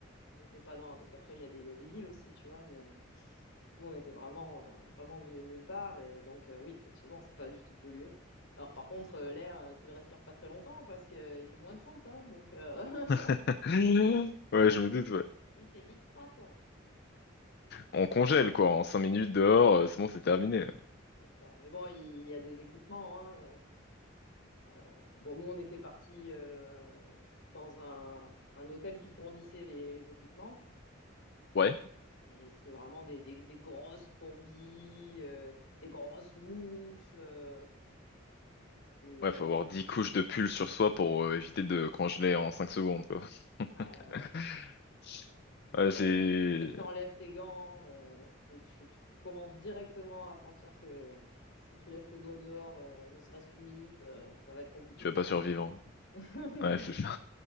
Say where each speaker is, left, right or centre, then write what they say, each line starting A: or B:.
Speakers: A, on the left (about 75°); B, on the left (about 50°).
A: On n'était pas dans parce qu'après il y a des, il y a des villes aussi tu vois. Mais euh, nous on était vraiment, euh, vraiment au milieu de nulle part et donc euh, oui effectivement c'est pas du tout pollué. Alors par contre euh, l'air euh, tu le respires pas très longtemps parce que euh, il fait moins 30, hein, donc euh, <laughs>
B: <laughs> Ouais, je me doute ouais.
A: Il fait vite froid, quoi.
B: On congèle quoi, en 5 minutes dehors, euh, c'est bon, c'est terminé.
A: C'est ça. Mais bon, il y a des équipements. hein. Euh, bon, nous, on était partis euh, dans un, un hôtel qui fournissait les, les équipements.
B: Ouais.
A: Et c'est vraiment des, des- des grosses combis, euh, des grosses moufles. euh, c'est
B: Ouais, faut
A: ouais,
B: avoir 10 couches de pull sur soi pour euh, éviter de congeler en 5 secondes quoi.
A: Ah,
B: <laughs>
A: ouais. ouais. C'est
B: Ouais, j'ai
A: dès que t'enlèves tes gants, euh, c'est- tu, tu commences directement à sentir que si tu laisses tes doigts dehors, euh, ne serait-ce qu'une minute, euh, ça va être compliqué,
B: Tu vas
A: quoi.
B: pas survivre.
A: <laughs>
B: Ouais, c'est ça.